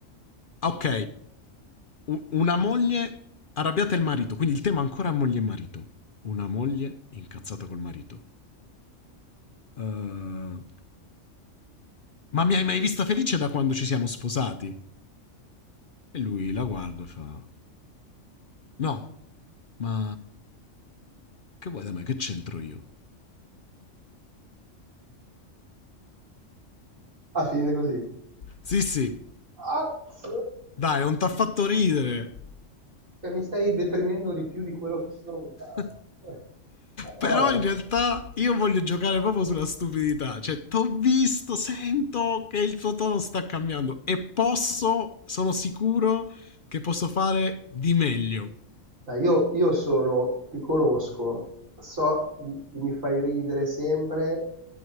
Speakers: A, on the left (about 50°); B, on the right (about 80°).
A: ok, U- una moglie arrabbiata e il marito, quindi il tema ancora moglie e marito. Una moglie incazzata col marito. Eh, Ma mi hai mai vista felice da quando ci siamo sposati? E lui la guarda e fa: No, ma che vuoi da me? Che c'entro io?
B: Ah, finite così.
A: Sì, sì,
B: Azz!
A: dai, non t'ha fatto ridere.
B: Cioè, mi stai deprimendo di più di quello che sono già.
A: <laughs>
B: <laughs> Ma no,
A: Però
B: dai.
A: in realtà io voglio giocare proprio sulla stupidità. Cioè, t'ho visto, sento che il tuo tono sta cambiando e posso, sono sicuro che posso fare di meglio.
B: Dai, io, io sono, ti conosco, so che mi fai ridere sempre